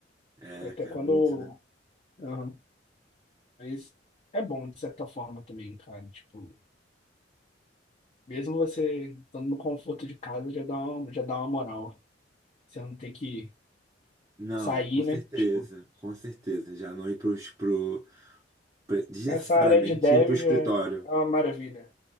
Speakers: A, on the right; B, on the left.
A: É,
B: Até
A: cara,
B: quando.
A: muito, né?
B: Aham. Mas é bom, de certa forma, também, cara. Tipo, mesmo você estando no conforto de casa, já dá uma, já dá uma moral. Você não tem que
A: Não,
B: sair,
A: com certeza,
B: né? Tipo,
A: com certeza. Já não ir para os Pre- Desnecessariamente
B: Essa área de dev
A: ir para o escritório.
B: já é uma maravilha.